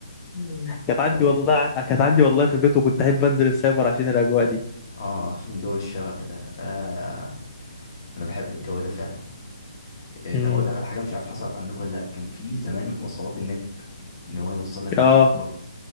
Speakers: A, on the left (about 45°); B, on the left (about 20°).
A: الفترة
B: كانت عندي
A: دي؟
B: والله كانت عندي والله في البيت وكنت أحب أنزل السايبر عشان الأجواء دي
A: اه عشان جو الشبكه ده آه. انا بحب الجو ده فعلا إيه
B: امم
A: طب اقول لك على حاجه مش عارف حصلت عندكم ولا لا كان في زمان وصلات النت ان هو يوصل لك
B: آه
A: نت بالإيراد.